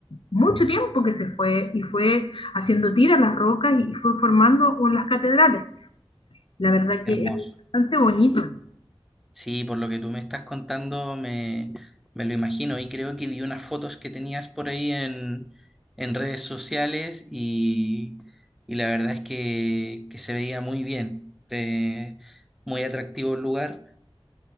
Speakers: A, on the left; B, in the centre.
A: mucho tiempo que se fue y fue haciendo tiras las rocas y fue formando las catedrales. La verdad
B: Qué
A: que
B: hermoso.
A: es bastante bonito.
B: Sí, por lo que tú me estás contando, me, me lo imagino. Y creo que vi unas fotos que tenías por ahí en, en redes sociales y, y la verdad es que, que se veía muy bien. Eh, muy atractivo el lugar.